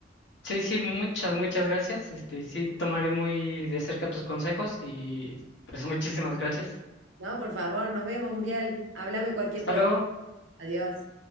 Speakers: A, on the left; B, on the right.
A: Sí, sí, muchas, muchas gracias. Este, sí, tomaré muy de cerca tus consejos y pues muchísimas gracias.
B: No, por favor, nos vemos, Uriel. Háblame cualquier
A: Hasta
B: cosa.
A: luego.
B: Adiós.